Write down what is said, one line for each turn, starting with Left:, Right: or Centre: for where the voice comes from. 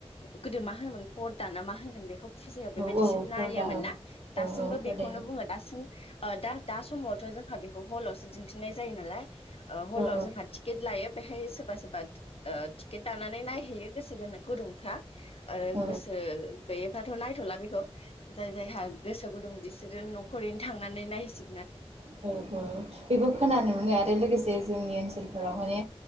Left: गोदो मा होनोमोन फरदाना मा होनगोन बेखौ फुजायाव
Right: औ
Left: बेबायदिसो
Right: औ
Left: नायोमोन
Right: फरदा औ
Left: ना दासिमबो
Right: औ औ फरदायानो
Left: बेखौनो बुङो दासिम ओ दा थ जोंहा बेखौ हलावसो दिन्थिनाय जायो नालाय ओ हलाव
Right: औ
Left: जोंहा टिकेट लायो बेहाय सोरबा- सोरबा ओ टिकेट दाननानै नायहैयो गोसो गो गुदुंफ्रा। ओ
Right: औ
Left: गोसो गैयैबाथ नाय थला बिखौ। जाय जायहा गोसो गुदुं बिसोरो न खरैनो थांनानै नायसि
Right: <unintelligible> बेबो खोनानो माने आरो लोगोसे जोंनि ओनसोलफोराव माने